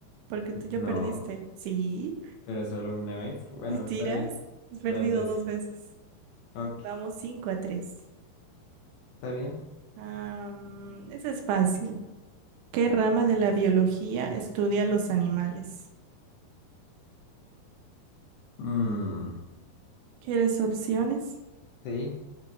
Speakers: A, on the right; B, on the left.
A: porque tú ya
B: No,
A: perdiste. Sí,
B: pero solo una vez.
A: <laughs>
B: Bueno,
A: mentiras.
B: está bien.
A: Has perdido
B: Dos veces.
A: dos veces.
B: Ok,
A: Vamos cinco a tres.
B: está bien.
A: Ah, mm, es fácil. ¿Qué rama de la biología estudia los animales?
B: Mm,
A: ¿Quieres opciones?
B: sí.